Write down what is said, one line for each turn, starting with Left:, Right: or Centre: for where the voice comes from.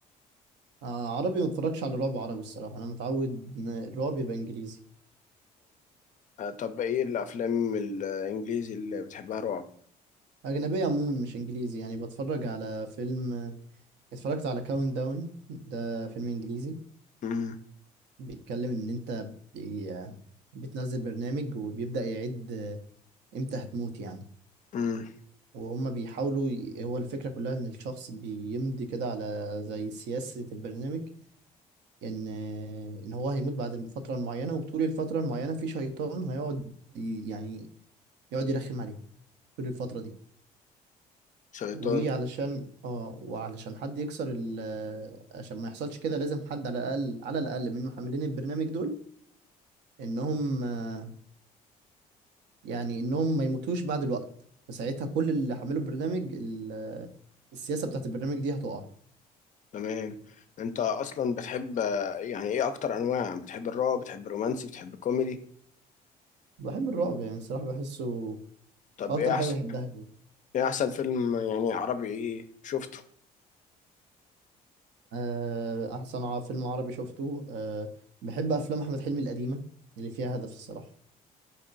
Right: آه عربي ما بتفرجش على رعب عربي الصراحه انا متعود ان الرعب يبقى انجليزي
Left: آه، طب ايه الافلام الانجليزي اللي بتحبها رعب
Right: أجنبية عموما مش إنجليزي يعني بتفرج على فيلم اتفرجت على كاونت داون ده فيلم إنجليزي
Left: مم.
Right: بيتكلم إن أنت بي... بتنزل برنامج وبيبدأ يعد إمتى هتموت يعني
Left: مم.
Right: وهم بيحاولوا ي... هو الفكرة كلها إن الشخص بيمضي كده على زي سياسة البرنامج إن إن هو هيموت بعد الفترة المعينة وطول الفترة المعينة في شيطان هيقعد ي- يعني يقعد يرخم عليه طول الفترة دي
Left: شيطان
Right: وعلشان اه وعلشان حد يكسر ال عشان ما يحصلش كده لازم حد على الاقل على الاقل من محملين البرنامج دول انهم آه، يعني انهم ما يموتوش بعد الوقت فساعتها كل اللي حملوا البرنامج ال- السياسة بتاعت البرنامج دي هتقع
Left: تمام انت اصلا بتحب آه، يعني ايه اكتر انواع بتحب الرعب بتحب الرومانسي بتحب الكوميدي
Right: بحب الرعب يعني الصراحة بحسه هو
Left: طب
Right: اكتر
Left: ايه
Right: حاجة
Left: احسن
Right: بحبها جدا
Left: ايه احسن فيلم يعني عربي ايه شفته
Right: آه، احسن ع- فيلم عربي شفته أه بحب افلام احمد حلمي القديمة اللي فيها هدف الصراحة